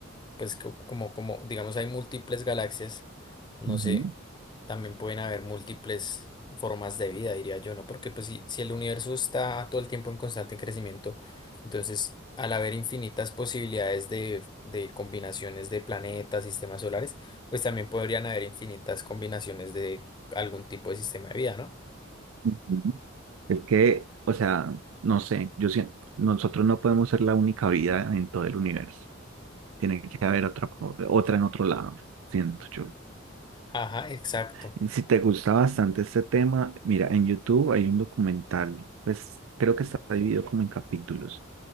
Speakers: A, on the left; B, on the right.
A: pues co- como, como, digamos, hay múltiples galaxias, no
B: ujú,
A: sé, también pueden haber múltiples formas de vida, diría yo, ¿no? Porque pues si, si el universo está todo el tiempo en constante crecimiento, entonces al haber infinitas posibilidades de, de combinaciones de planetas, sistemas solares, pues también podrían haber infinitas combinaciones de algún tipo de sistema de vida, ¿no?
B: ujú. Es que, o sea, no sé, yo siento, nosotros no podemos ser la única vida en todo el universo. Tiene que haber otra, otra en otro lado, siento yo.
A: Ajá, exacto.
B: Y Si te gusta bastante este tema, mira, en YouTube hay un documental, pues creo que está dividido como en capítulos.